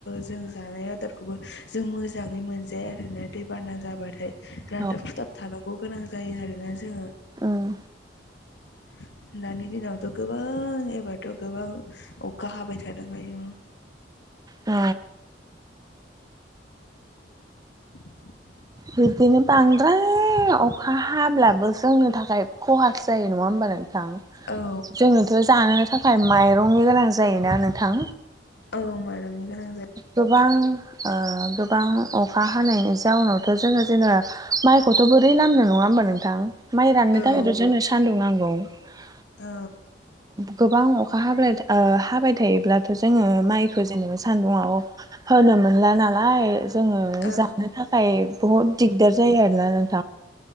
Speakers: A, on the left; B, on the right.
A: जों जानाय आदारखौबो जों मोजाङै मोनजाया आरो न दै बाना जाबाथाय रानथाब
B: औ
A: खुथाब थानांगौ गोनां जायो आरोना जोङो।
B: उम।
A: <inaudible> दानि दिनावथ' गोबां एबारथ' गोबां अखा हाबाय थादों आयु
B: औ।
A: <inaudible>
B: बिब्दिनो बांद्राय अखा हाब्लाबो जोंनि थाखाय खहा जायो नङा होमबा नोंथां
A: औ
B: जोङोथ' जानो थाखाय माइरंनि गोनां जायोना नोंथां
A: औ माइरंनि गोनां
B: गोबां गोबां अखा हानायनि जाउनावथ' जोङो जेनेबा माइखौथ' बोरै लामनो नङा होमबा नोंथां माइ
A: जायो
B: राननो
A: औ
B: थाखायथ' जोंङो सानदुं नांगौ औ।
A: औ।
B: गोबां अखा हाब हाबाय थायोब्लाथ' जोङो माइ जोङो सान्दुुंव होनो मोनला नालाय जोङो
A: औ
B: जानो थाखाय बहुत दिगदार जायो आरोना न